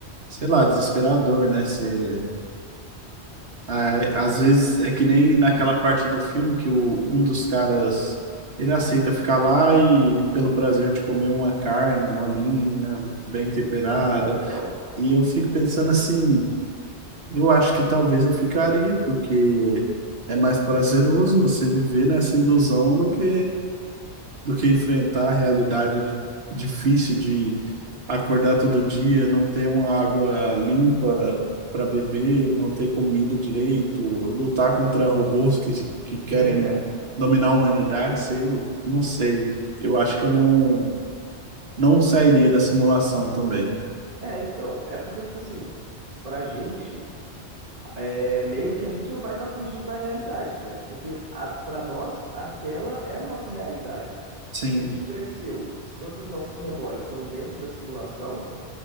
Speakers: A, on the right (about 60°); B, on the right (about 35°).
A: sei lá, desesperador, né? Ser, Ah, é- às vezes é que nem naquela
B: Uhum.
A: parte do filme que o, um dos caras ele aceita ficar lá e pelo prazer de comer uma carne molinha, bem temperada.
B: Sim, então.
A: E eu fico pensando assim. Eu acho que talvez eu ficaria, porque é mais prazeroso você viver nessa ilusão do que do que enfrentar a realidade difícil de acordar todo dia, não ter uma água limpa para beber, não ter comida direito, lutar contra robôs que, que querem
B: <laughs>
A: dominar a humanidade, sei, não sei. Eu acho que eu não não sairia da simulação também.
B: É, então, é porque, tipo assim, pra gente, é meio que a gente não vai estar fugindo da realidade, né? Porque a, pra nós, aquela é a nossa realidade.
A: Sim,
B: Se a gente cresceu, se todas as nossas memórias são dentro da simulação,